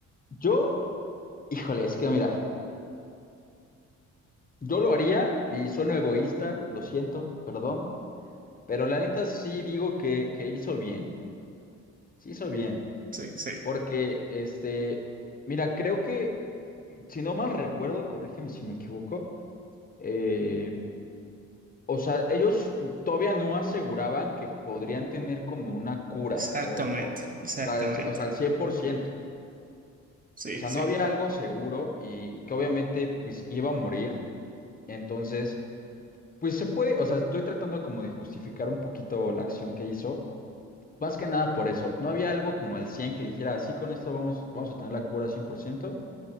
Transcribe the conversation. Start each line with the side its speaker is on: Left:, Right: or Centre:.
Left: yo, híjole, es que mira. Yo lo haría y sueno egoísta, lo siento, perdón, pero la neta sí digo que, que hizo bien, sí hizo bien,
Right: Sí, sí.
Left: porque este, mira, creo que, si no mal recuerdo, corrígeme si me equivoco, eh, o sea, ellos todavía no aseguraban que podrían tener como una cura,
Right: Exactamente,
Left: o,
Right: exactamente.
Left: o sea, al ci- o sea, al 100%,
Right: Sí,
Left: o sea,
Right: sí.
Left: no había algo seguro y que obviamente pues iba a morir, entonces... Pues se puede, o sea, estoy tratando como de justificar un poquito la acción que hizo. Más que nada por eso. No había algo como al 100 que dijera, sí, con esto vamos, vamos a tener la cura cien por ciento